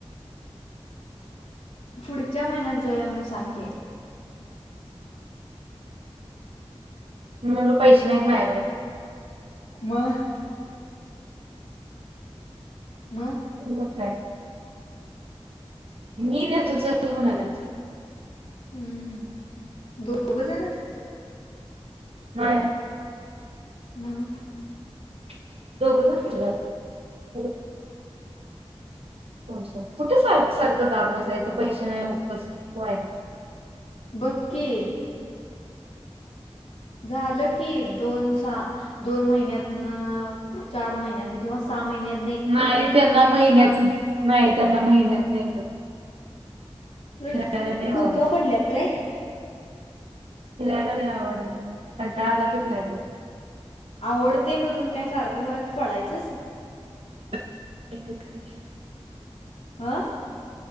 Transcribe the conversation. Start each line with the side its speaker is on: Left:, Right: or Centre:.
Left: पुढच्या महिन्यात ज <inaudible> सांगे
Right: <inaudible> म्हटलं पैसे नाहीत <inaudible> नाकड
Left: मग. म.
Right: <inaudible> हो काय मी न तो च म्हणाला.
Left: हम्म. दोघं जणच.
Right: <inaudible> हा
Left: हम्म..
Right: <inaudible> दोघ घ <unintelligible> कुठे सारख सारखं जाात बसायचं, पैसे नाही आहे.
Left: <inaudible> बके झालं की दोनसा. दोन महिन्यात, चार महिन्यात किंवा सहा महिन्यात.
Right: नाही त्यांना <inaudible> महिन्यात नाही त्यांना महिन्यात <inaudible> नाही
Left: तर <inaudible>
Right: फिरायला लय आवड
Left: डोक्या पडल्यात काय?
Right: फिरायला <inaudible> नाही आवड कंटाळला फिरायला <inaudible>
Left: आवडते म्हणून काय सारखं, सारखं पळायचंच.
Right: <unintelligible> <inaudible> एक
Left: हा.